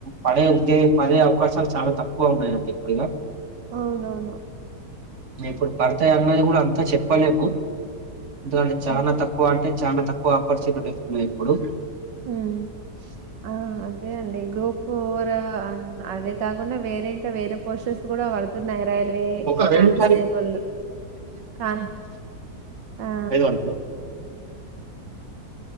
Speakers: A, on the right (about 45°); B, on the right (about 80°).
A: పడయం దెయ్ పడె అవ్కాశాల్ చాలా తక్కువ ఉన్నాయంట ఇప్పుడిగా
B: అవునవును
A: ఇప్పుడ్ పడ్తాయి అన్నది కూడా అంతా చెప్పలేకు ఎందుకంట్ చాలా
B: ఉమ్.
A: తక్కువంటే చానా తక్కువ ఆపర్చునిటీస్ ఉన్నాయ్ ఇప్పుడు
B: ఉమ్ ఆ అదే అండి గ్రూప్ ఫోర్ అర్ అన్ అదే కాకుండా వేరే ఇంకా వేరే పోస్టర్స్ కూడా పడుతున్నాయ రైల్వే
A: ఒక
B: కానిస్టేబుల్
A: నిమిషాలు
B: కాన్ ఆ
A: ఐదు గంటలు